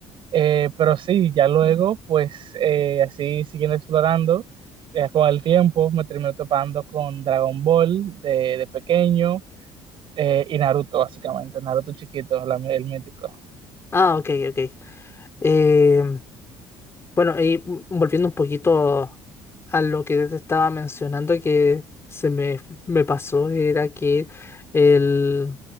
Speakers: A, on the right; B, on the left.
A: Eh, pero sí, ya luego, pues eh, así siguiendo explorando, eh, con el tiempo me terminé topando con Dragon Ball de, de pequeño eh, y Naruto, básicamente, Naruto chiquito, la- el mítico.
B: Ah, ok, ok. Em, Bueno, y mm, volviendo un poquito a lo que te estaba mencionando que se me, me pasó, era que el